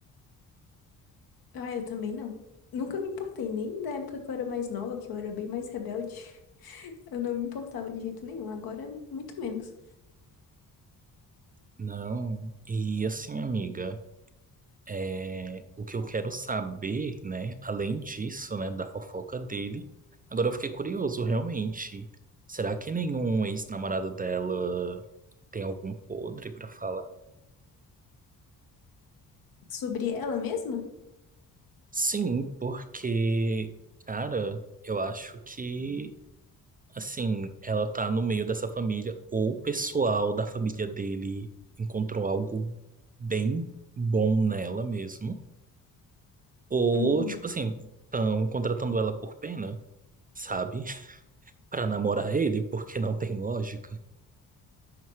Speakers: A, on the left (about 80°); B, on the right (about 25°).
A: Ah, eu também não. Nunca me importei, nem da época que eu era mais nova, que eu era bem mais rebelde. Eu não me importava de jeito nenhum, agora é muito menos.
B: Não. E assim, amiga, é, o que eu quero saber, né, além disso, né, da fofoca dele, agora eu fiquei curioso, realmente. Será que nenhum ex-namorado dela tem algum podre pra falar?
A: Sobre ela mesma?
B: Sim, porque, cara, eu acho que Assim, ela tá no meio dessa família, ou o pessoal da família dele encontrou algo bem bom nela mesmo, ou,
A: Uhum.
B: tipo assim, estão contratando ela por pena, sabe? <laughs> Pra namorar ele, porque não tem lógica.